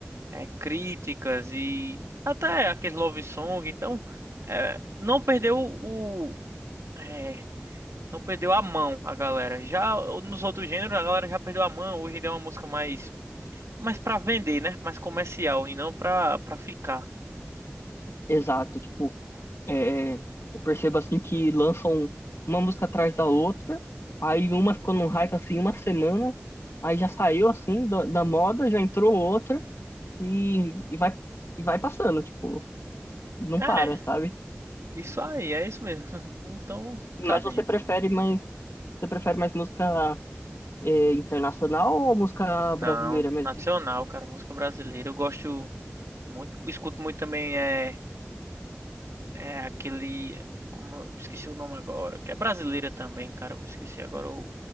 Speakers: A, on the right (about 85°); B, on the left (about 70°).
A: É, críticas e até aqueles love song. Então, é, não perdeu o. é, Não perdeu a mão a galera. Já nos outros gêneros, a galera já perdeu a mão. Hoje em dia é uma música mais, mais para vender, né? Mais comercial e não pra, para ficar.
B: Exato, tipo, é, eu percebo, assim, que lançam uma música atrás da outra. Aí uma ficou num hype, assim, uma semana. Aí já saiu, assim, da, da moda, já entrou outra. E, e vai, e vai passando, tipo... não
A: É,
B: para, sabe?
A: isso aí, é isso mesmo. <laughs> Então,
B: Mas
A: sabe?
B: você prefere mais, você prefere mais música eh, internacional ou música
A: Não,
B: brasileira mesmo?
A: nacional, cara, música brasileira. Eu gosto muito, escuto muito também é, é aquele. Como eu me esqueci o nome agora, que é brasileira também, cara. Eu me esqueci agora o,